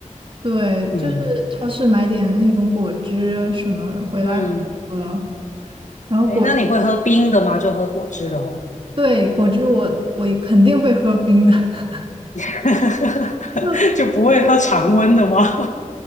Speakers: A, on the right; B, on the left.
A: 对，
B: 嗯
A: 就是超市买点那种果汁什么回来喝一喝，
B: 嗯，
A: 然后果，
B: 哎，那你会喝冰的吗？就喝果汁的话，
A: 对，果汁我我肯定会喝冰的，<laughs>
B: <laughs>
A: 就
B: 就不会喝常温的吗？